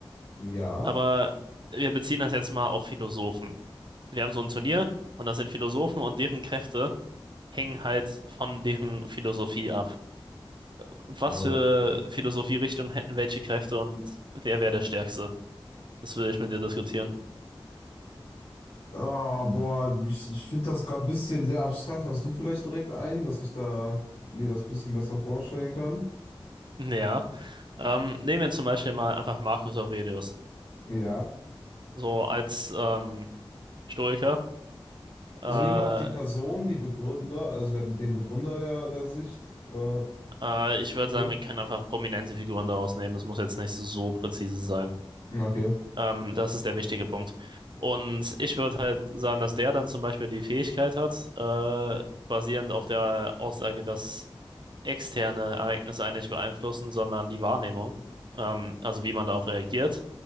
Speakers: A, on the left; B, on the right.
A: ja.
B: Aber wir beziehen das jetzt mal auf Philosophen. Wir haben so ein Turnier und das sind Philosophen und deren Kräfte hängen halt von deren Philosophie ab. Was
A: Okay.
B: für Philosophierichtung hätten welche Kräfte und wer wäre der Stärkste? Das will ich mit dir diskutieren.
A: Oh, boah, ich, ich finde das gerade ein bisschen sehr abstrakt. Hast du vielleicht direkt einen, dass ich da mir das ein bisschen besser vorstellen kann?
B: Ja. Ähm, nehmen wir zum Beispiel mal einfach Marcus Aurelius.
A: Ja.
B: So als ähm, Stoiker.
A: Also
B: Äh,
A: nehmen wir auch die Person, die Begründer, also den, den Begründer der, der Sicht oder
B: äh, ich würde
A: Idee.
B: sagen, wir können einfach prominente Figuren daraus nehmen. Es muss jetzt nicht so präzise sein.
A: Okay,
B: Ähm, das ist der wichtige Punkt. Und ich würde halt sagen, dass der dann zum Beispiel die Fähigkeit hat, äh, basierend auf der Aussage, dass externe Ereignisse einen nicht beeinflussen, sondern die Wahrnehmung. Ähm, also wie man darauf reagiert.